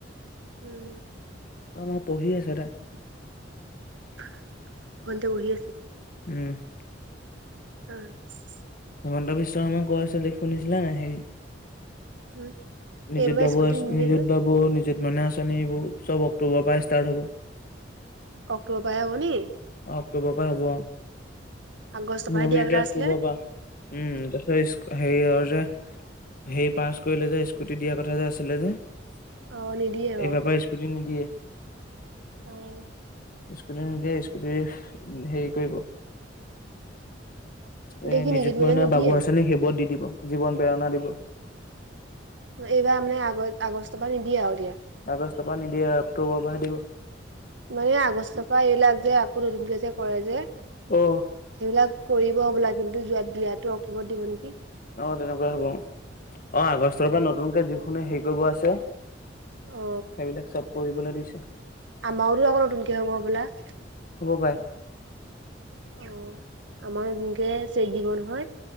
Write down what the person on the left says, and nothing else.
অঁ! নহয় পঢ়ি আছে তাই। <inaudible>
উম। <inaudible>
হিমন্ত বিশ্ব শৰ্মাই কৈ আছিল যে শুনিছিলা নে নাই হেৰি <inaudible>
নিজুত
বাবু
আঁচনি,
নিজুত
বাবু, নিজুত মইনা আঁচনি এইবোৰ চব অক্টোবৰৰ পৰাই ষ্টাৰ্ট হ'ব। <inaudible>
অক্টোবৰৰ পৰা হ'ব অহ।
নিয়মীয়াকে
অক্টোবৰৰ
পৰা। <inaudible> উম! তাৰপিছত <inaudible> হেৰিয়ৰ যে হেৰি পাছ কৰিলে যে স্কুটি দিয়াৰ কথা যে আছিলে যে? <inaudible>
এইবাৰ পৰা স্কুটি নিদিয়ে। <inaudible>
স্কুটি নিদিয়ে, স্কুটি হেৰি কৰিব। <inaudible>
এই
নিযুত মইনা,
বাবু আঁচনি সেইবোৰত দি দিব। জীৱন প্ৰেৰণা দিব। <inaudible>
আগষ্টৰ পৰা নিদিয়ে <inaudible> অক্টোবৰ পৰাহে দিব।
অ! <inaudible>
অঁ! তেনেকুৱা হ'ব। অঁ! আগষ্টৰ
পৰা নতুনকে যিখোনে হেৰি কৰিব আছে <inaudible> <inaudible>
সেইবিলাক চব কৰিবলৈ দিছে।
হ'ব পাই